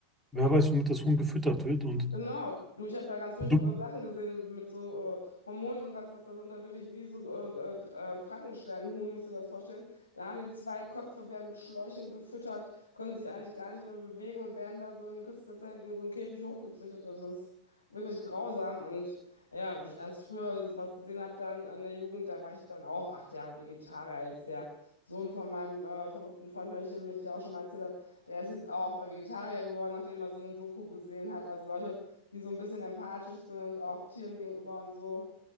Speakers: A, on the left; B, in the centre.
A: Ja.
B: Wer weiß, womit das Huhn gefüttert wird und
A: Genau, du, ich habe da ganz furchtbare
B: du,
A: Sachen gesehen mit, mit so äh, Hormonen und was das da sind, dann wirklich wie so äh, äh, äh, Frankensteinhuhn, musst du dir das vorstellen. Da haben die zwei Köpfe, werden mit Schläuchen gefüttert, können sich eigentlich gar nicht mehr bewegen und werden da so in kürzester Zeit in so einen Käfig hochgezüchtet. Das ist wirklich grausam. Und ja, wenn ich erst früher sowas gesehen habe, dann in der Jugend, da war ich dann auch acht Jahre Vegetarier. Jetzt der Sohn von meinem äh, verrückten Freund, von dem ich dem ich dir auch schon mal erzählt habe, der ist jetzt auch äh, Vegetarier geworden, nachdem er so eine Doku gesehen hat. Also Leute, die so ein bisschen empathisch sind, auch Tieren gegenüber und so,